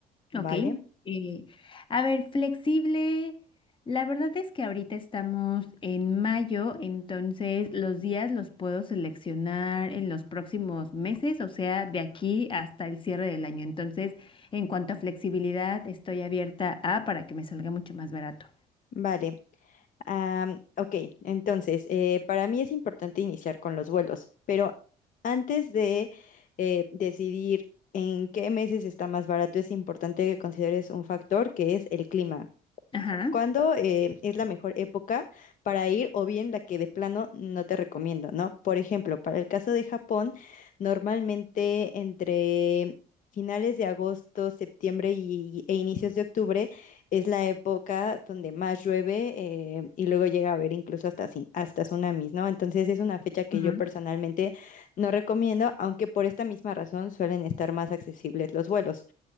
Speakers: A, on the left (about 50°); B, on the left (about 30°).
A: ¿vale?
B: Ok. eh, a ver, flexible. La verdad es que ahorita estamos en mayo, entonces los días los puedo seleccionar en los próximos meses, o sea, de aquí hasta el cierre del año. Entonces, en cuanto a flexibilidad, estoy abierta a para que me salga mucho más barato.
A: Vale. am, ok, entonces, eh, para mí es importante iniciar con los vuelos, pero antes de eh, decidir en qué meses está más barato, es importante que consideres un factor que es el clima.
B: Ajá.
A: ¿Cuándo eh, es la mejor época para ir o bien la que de plano no te recomiendo, ¿no? Por ejemplo, para el caso de Japón, normalmente entre finales de agosto, septiembre y, e inicios de octubre es la época donde más llueve eh, y luego llega a haber incluso hasta, tsun- hasta tsunamis, ¿no? Entonces es una fecha que
B: Ujú,
A: yo personalmente no recomiendo, aunque por esta misma razón suelen estar más accesibles los vuelos.